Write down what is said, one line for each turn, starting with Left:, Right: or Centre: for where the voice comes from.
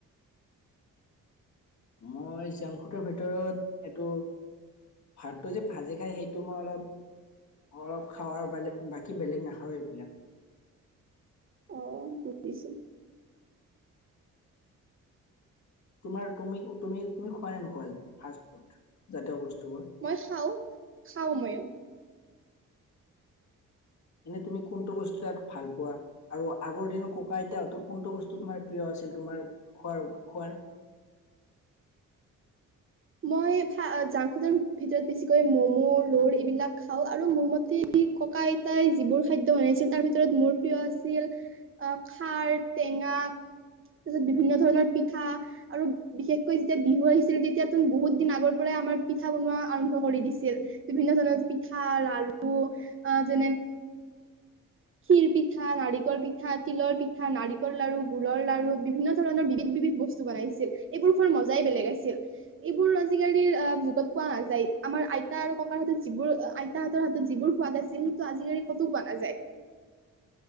Left: মই জাংকফুদৰ ভিতৰত এইটো ভাতটো যে ভাজি খাই, সেইটো মই অলপ অলপ খাওঁ আৰু, বেলেগ বাকী বেলেগ নাখাওঁ এইবিলাক।
Right: অ', বুজিছো।
Left: তোমাৰ তুমি তুমি তুমি খোৱা নে নোখোৱা ফাষ্ট ফুড জাতীয় বস্তুবোৰ?
Right: মই খাও, খাও ময়ো।
Left: এনেই তুমি কোনটো বস্তু তাত ভাল পোৱা? আৰু আগৰ দিনত ককা আইতাহঁতৰ কোনটো বস্তু তোমাৰ প্ৰিয় আছিল? তোমাৰ খোৱাৰ খোৱাৰ
Right: মই জাংক ফুডৰ ভিতৰত বেছিকৈ মম', ৰৰ এইবিলাক খাওঁ, আৰু মোৰ মতে ককা আইতাই যিবোৰ খাদ্য বনাইছিল, তাৰ ভিতৰত মোৰ প্ৰিয় আছিল অ', খাৰ, টেঙা তাৰপিছত বিভিন্ন ধৰণৰ পিঠা, আৰু বিশেষকৈ যেতিয়া বিহু আহিছিল তেতিয়া তুন বহুত দিন আগৰ পৰাই আমাৰ পিঠা বনোৱা আৰম্ভ কৰি দিছিল। বিভিন্ন ধৰণৰ পিঠা লাড়ু আ, যেনে খীৰ পিঠা, নাৰিকল পিঠা, তিলৰ পিঠা, নাৰিকল লাড়ু, গুৰ লাড়ু, বিভিন্ন ধৰণৰ বিবিধ বিবিধ বস্তু বনাইছিল, এইবোৰ খোৱাৰ মজাই বেলেগ আছিল। এইবোৰ আজিকালিৰ আ, যুগত পোৱা নাযায় আমাৰ আইতা আৰু ককাৰ হঁতে যিবোৰ আ আইতাহঁতৰ হাতত যিবোৰ সোৱাদ আছিল সেইটো আজিকাৰি কতো পোৱা নাযায়।